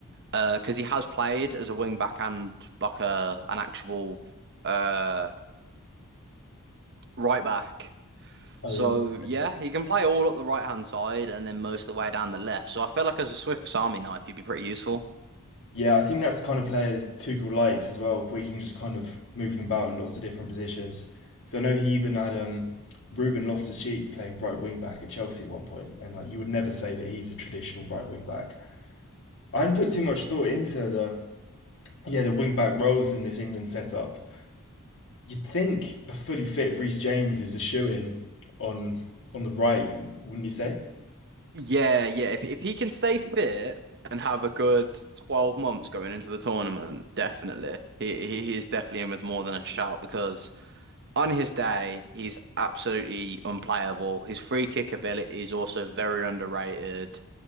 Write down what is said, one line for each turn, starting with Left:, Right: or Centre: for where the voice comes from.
Right: Uh, because he has played as a wing back and like a an actual uh right back.
Left: Oh,
Right: So
Left: interesting.
Right: yeah, he can play all up the right hand side and then most of the way down the left. So I feel like as a Swiss Army knife, he'd be pretty useful.
Left: Yeah, I think that's the kind of player Tuchel likes as well, where you can just kind of move them about in lots of different positions. So I know he even had um, Ruben Loftus-Cheek playing right wing back at Chelsea at one point, and like you would never say that he's a traditional right wing back. I hadn't put too much thought into the yeah the wing back roles in this England setup. You'd think a fully fit Reece James is a shoe in on on the right, wouldn't you say?
Right: Yeah, yeah. If if he can stay fit and have a good 12 months going into the tournament, definitely. He he he is definitely in with more than a shout because on his day, he's absolutely unplayable. His free kick ability is also very underrated.